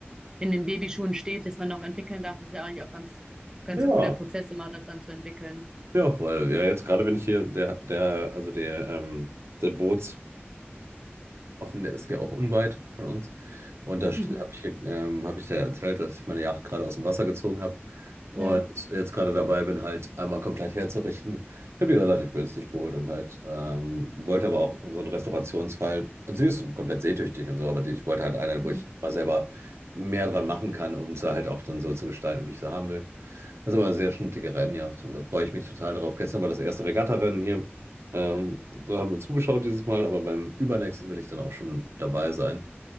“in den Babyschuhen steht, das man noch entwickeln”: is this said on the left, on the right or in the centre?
Right